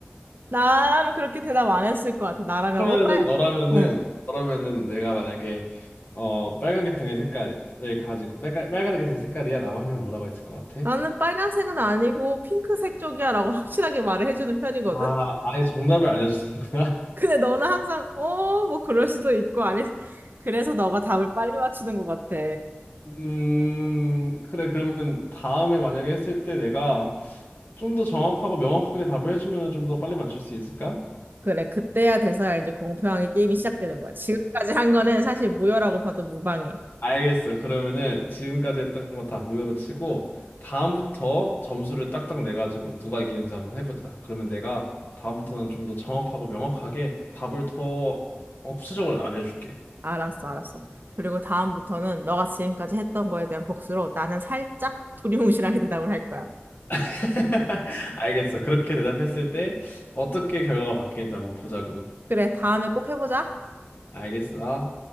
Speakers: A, on the right; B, on the left.
A: 나라면 그렇게 대답 안 했을 것 같아. 나라면,
B: 그러면은
A: 어, 빨,
B: 너라면은
A: 어.
B: 너라면은 내가 만약에 어 빨간 계통의 색깔을 가지고 빨간 빨간 계통의 색깔이야라고 하면 뭐라고 했을 것 같아?
A: 나는 빨간색은 아니고 핑크색 쪽이야 라고 <laughs> 확실하게 말을 해주는 편이거든?
B: 아 아예 정답을 알려주는구나.
A: 근데 너는 항상, 어, 뭐 그럴 수도 있고, 아니, 그래서 너가 답을 빨리 맞추는 것 같아.
B: <laughs> 음 그래 그러면 다음에 만약에 했을 때 내가 좀 더 정확하고 명확하게 답을 해주면 좀 더 빨리 맞출 수 있을까?
A: 그래, 그때야 돼서야 이제 공평하게 게임이 시작되는 거야. 지금까지 한 거는 사실 무효라고 봐도 무방해.
B: 알겠어. 그러면은 지금까지 했던 거 다 무효로 치고 다음부터 점수를 딱딱 내 가지고 누가 이기는지 한번 해보자. 그러면 내가 다음부터는 좀 더 정확하고 명확하게 답을 더 어, 구체적으로 알려줄게.
A: 알았어, 알았어. 그리고 다음부터는 너가 지금까지 했던 거에 대한 복수로 나는 살짝 두리뭉실하게 대답을 할 거야.
B: <laughs> 알겠어. 그렇게 대답했을 때 어떻게 결과가 바뀌는지 한번 보자고.
A: 그래, 다음에 꼭 해보자.
B: 알겠어.